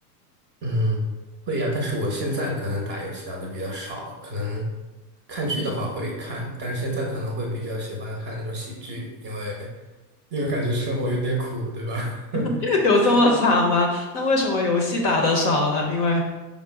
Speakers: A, on the right; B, on the left.
A: 嗯，会呀，但是我现在可能打游戏打的比较少，可能看剧的话会看，但是现在可能会比较喜欢看那种喜剧，因为因为感觉生活有点苦，对吧？<laughs>
B: <laughs> 有这么惨吗？那为什么游戏打得少了？因为。